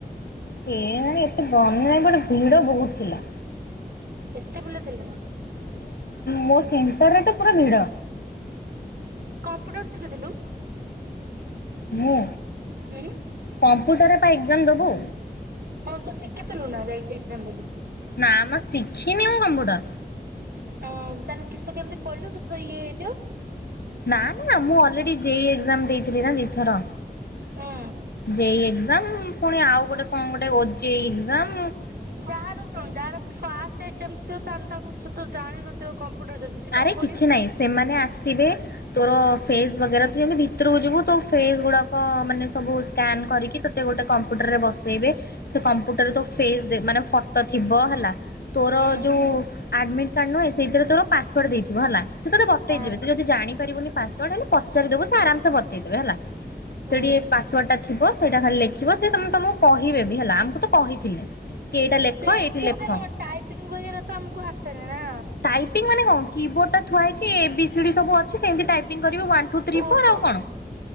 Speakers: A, on the left (about 85°); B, on the right (about 75°).
A: କେଜାଣି ଏତେ ମନେ ନାହିଁ <unintelligible> ଭିଡ଼ ବହୁତ୍ ଥିଲା।
B: ଏତେ ପିଲା ଥିଲେ ନା?
A: ମୋ ସେଣ୍ଟର ରେ ତ ପୁରା ଭିଡ଼।
B: ଏପଟରୁ ଶିଖିଥିଲୁ।
A: ମୁଁ
B: ହୁଁ।
A: କମ୍ପ୍ୟୁଟରରେ ଏକ୍ଜାମ୍ ଦବୁ।
B: ହଁ ତୁ ଶିଖିଥିଲୁ ନା <unintelligible> ଏକ୍ଜାମ୍ ଦେଲୁ।
A: ନା ମ ଶିଖିନି ମୁଁ କମ୍ପ୍ୟୁଟର।
B: ହଁ ତାହେଲେ କିସ କେମିତି କଲୁ ତୋତେ ତ ଇଏ ହେଇଥିବ।
A: ନା ନା ମୁଁ ଅଲରେଡି ଜେଇ ଏକ୍ଜାମ୍ ଦେ ଦିଥର
B: ହୁଁ
A: ଦେଇ ଏ ପୁଣି ଆଉ ଗୋଟେ କଣ ଗୋଟେ ଓ, ଜେଇ ଏକ୍ଜାମ୍।
B: ଯାହାର ଶୁଣୁ ଯାହାର ଫାଷ୍ଟ ଆଟେମ୍ପେଡ ଥିବ ତାହେଲେ ତାଙ୍କୁ ଜାଣିନଥିବ ଯଦି ସେ କଣ
A: ଆରେ
B: କରିବ
A: କିଛି ନହିଁ ସେମାନେ ଆସିବେ ତୋର ଫେସ୍ ବଗେରା ତୁ ଯେମତି ଭିତରକୁ ଯିବୁ ତୋ ଫେ ଫେସ୍ ଗୁଡାକ ମାନେ ସବୁ ମାନେ ସ୍କାନ କରିକି ତତେ ଗୋଟେ କମ ମ୍ପ୍ୟୁଟର ରେ ବସେଇବେ ସେ କମ୍ପୁଟର ରେ ତୋ ଫେସ୍ ଦେ ମାନେ ଫଟୋ ଥିବ ହେଲା। ତୋର
B: ହୁଁ
A: ଯୋଉ ଆଡମିଟ୍ କାର୍ଡ ନୁହେଁ ସେଇଥିରେ ତୋର ପାସୱାର୍ଡ଼ ଦେଇଥିବ ହେଲା। ସେ ତତେ ବତେଇଦେବେ
B: ହଁ
A: ତୁ ଯଦି ଜାଣି ପାରି ବୁନି ପାସୱାର୍ଡ ହେଲେ ପଚିଦବୁ ସେ ଆରାମସେ ବତେଇ ଦବେ ହେଲା।
B: ହୁଁ।
A: ସେଠି ପାସୱାର୍ଡ ଟା ଥିବ ସେଇଟା ଖାଲି ଲେଖିବ ସିଏ ସେ ତମକୁ କହିବେ ବି ହେଲା ଆମକୁ ତ କହିଥିଲେ। କି ଏଇଟା ଲେଖ
B: ଲେଖିବୁ
A: ଏଇଠି ଲେଖ।
B: କଣ ଟାଇପିଙ୍ଗ ବଗେରା ତ ଆମକୁ ଆସେନି ନା।
A: ଟାଇପିଂ ମାନେ କଁ କି ବୋଡ ଟା ଥୁଆ ହେଇଛି ଏ ବି ସି ଡ଼ି ସବୁ ଅଛି ସେମତିି ଟାଇପଙ୍ଗ। କରିବୁ ୱାନ ଟୁ ଥ୍ରି
B: ଓହୋ।
A: ଫୋର୍ ଆଉ କଣ